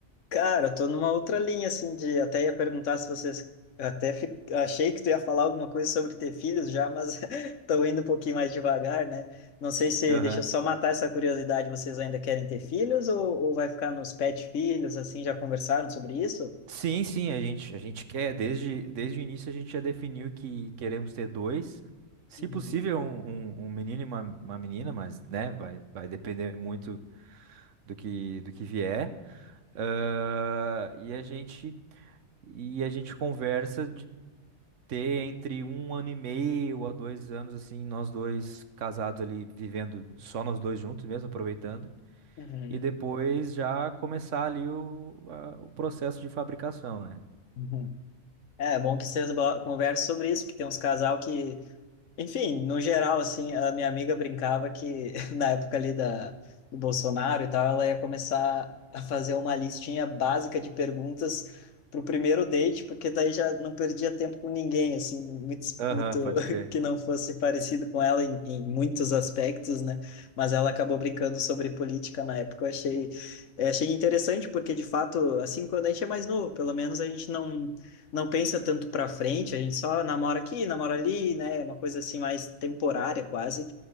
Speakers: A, on the left; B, on the right.
A: Cara, eu tô numa outra linha, assim, de até ia perguntar se vocês. Até fi- achei que tu ia falar alguma coisa sobre ter filhos já, mas <laughs> tô indo um pouquinho mais devagar, né? Não sei se.
B: Aham.
A: Deixa eu só matar essa curiosidade. Vocês ainda querem ter filhos ou, ou vai ficar nos pet filhos, assim? Já conversaram sobre isso?
B: Sim, sim, a gente, a gente quer, desde, desde o início a gente já definiu que queremos ter dois, se
A: Uhum.
B: possível um, um, um menino e uma, uma menina, mas né, vai, vai depender muito do que, do que vier. Ah, e a gente, e a gente conversa de ter entre um ano e meio a dois anos, assim, nós dois casados ali, vivendo só nós dois juntos mesmo, aproveitando,
A: Uhum.
B: e depois já começar ali o, a- o processo de fabricação, né?
A: Uhum. É bom que vocês bo- conversem sobre isso, porque tem uns casal que Enfim, no geral, assim, a minha amiga brincava que <laughs> na época ali da, do Bolsonaro e tal, ela ia começar a fazer uma listinha básica de perguntas para o primeiro date, porque daí já não perdia tempo com ninguém, assim, muito,
B: Aham,
A: muito
B: pode crer.
A: <laughs> que não fosse parecido com ela em, em muitos aspectos, né? Mas ela acabou brincando sobre política na época. Eu achei, eu achei interessante, porque de fato, assim, quando a gente é mais novo, pelo menos a gente não não pensa tanto para frente, a gente só namora aqui, namora ali, né? Uma coisa assim mais temporária quase.